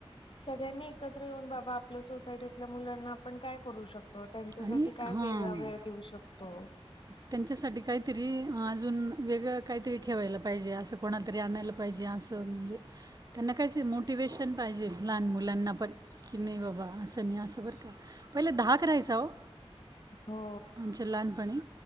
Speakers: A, on the left (about 55°); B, on the right (about 40°).
A: सगळ्यांनी एकत्र येऊन बाबा आपल्या सोसायटीतल्या मुलांना आपण काय करू शकतो त्यांच्यासाठी
B: आणि
A: काय
B: हां
A: वेगळा वेळ देऊ शकतो
B: त्यांच्यासाठी काहीतरी री अजून वेगळं काहीतरी ठेवायला पाहिजे असं कोणातरी आणायला पाहिजे असं म्हणजे त्यांना कायच मोटिवेशन पाहिजे लहान मुलांना पण की नाही बाबा असं त्यानी अस बरं का पहिलं दहा करायचा हो
A: हो
B: आमच्या लहानपणी